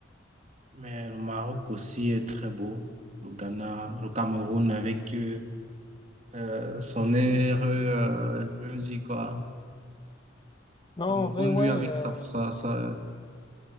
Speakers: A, on the right (about 35°); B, on the left (about 25°).
A: Mais le Maroc aussi est très beau. Le Ghana, le Cameroun avec euh, euh, son air, euh, je dis quoi.
B: Non,
A: Cameroun,
B: en vrai, ouais.
A: lui, avec
B: euh,
A: sa, sa, sa-